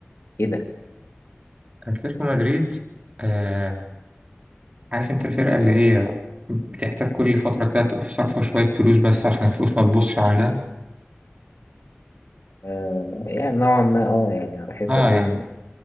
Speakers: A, on the left (about 85°); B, on the right (about 30°).
A: ايه ده
B: أتلتيكو مدريد آه عارف أنت الفرقة اللي هي بتحتاج كل فترة كده تروح صارفة شوية فلوس بس عشان الفلوس ما تبصش عندها
A: آه يعني نوعا ما اه يعني على حس
B: اه
A: اتلتيكو
B: يعني